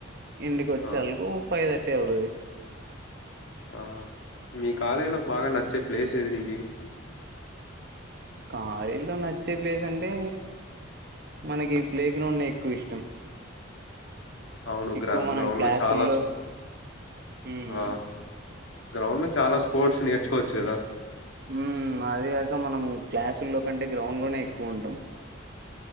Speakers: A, on the right (about 50°); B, on the left (about 70°).
A: ఇంటికి వచ్చేళ్కు
B: ఆ
A: ఫైవ్ థర్టీ అవుతది
B: ఆహ మీ కాలేజ్ లో బాగా నచ్చే ప్లేస్ ఏది నీకి
A: కాలేజీలో నచ్చే ప్లేస్ అంటే మనకి ప్లే గ్రౌండ్ ఎక్కువ ఇష్టం
B: అవును
A: ఎక్కువ
B: గ్రా
A: మనం
B: గ్రౌండ్
A: క్లాసుల్లో
B: లో చాలా స్పో-
A: మ్
B: ఆ గ్రౌండ్ లో చాలా స్పోర్ట్స్ నేర్చుకోవచ్చు కదా
A: మ్ అదే కాక మనం క్లాసుల్లో కంటే గ్రౌండ్ లోనే ఎక్కువ ఉంటాం